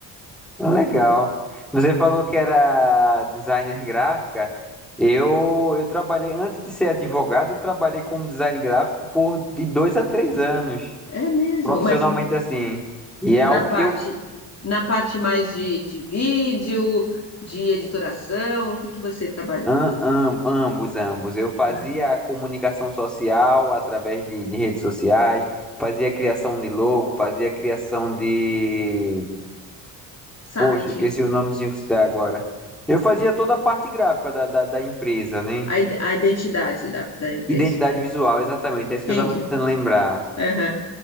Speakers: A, in the centre; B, on the left.
A: Legal. Você falou que era designer gráfica. Eu, eu trabalhei, antes de ser advogado, eu trabalhei como design gráfico por de dois a três anos.
B: É mesmo,
A: profissionalmente
B: mas
A: assim. E
B: na
A: é algo
B: parte
A: que eu
B: na parte mais de, de vídeo, de editoração, o que que você trabalhou?
A: am, am- ambos, ambos. Eu fazia
B: <laughs>
A: a comunicação social através de, de redes sociais, fazia a criação de logo, fazia a criação de.
B: Site,
A: Poxa, esqueci o nomezinho que se dá agora. Eu fazia toda a parte gráfica da, da, da empresa, né?
B: a, id- a identidade da, da empresa.
A: Identidade visual, exatamente. É isso
B: Entendi.
A: que eu estava tentando lembrar.
B: Aham.